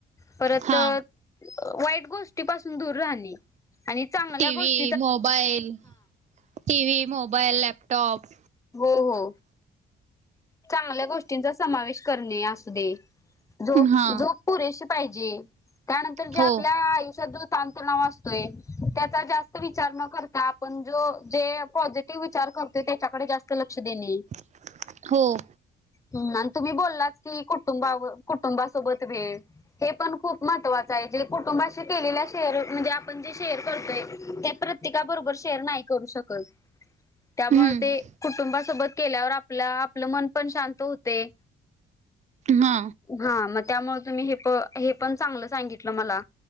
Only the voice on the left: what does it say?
परत
वाईट गोष् ट गोष्टी पासुन दुर राहंने आनी चांगल्या
गोष्टी
हो हो. चांगल्या गोष्टींचा समावेश करणे असू दे, झोप
झोप पुरेशी पाहिजे, त्यानंतर जे
आपल्या आयुष्यातलं खूप ताण तणाव असतोय, त्याचा जास्त विचार न करता पण जो जे पॉझिटिव्ह विचार करतो त्याच्याकडे जास्त लक्ष देणे, मग
हं आन तुम्ही बोललाच की, कुटुंबा कुटुंबासोबत वेळ हे पण खूप महत्त्वाचंय, जे कुटुंबाशी केलेला शेअर म्हणजे आपण जे शेअर करतोय ते प्रत्य प्रत्येका बरोबर शेअर नाही करू शकत. त्यामुळे
ते कुटुंबासोबत केल्यावर आपलं आपलं मन पण शांत होतय.
हाआ म त्यामुळे तुम्ही हे प हे पण चांगलं सांगितलं मला.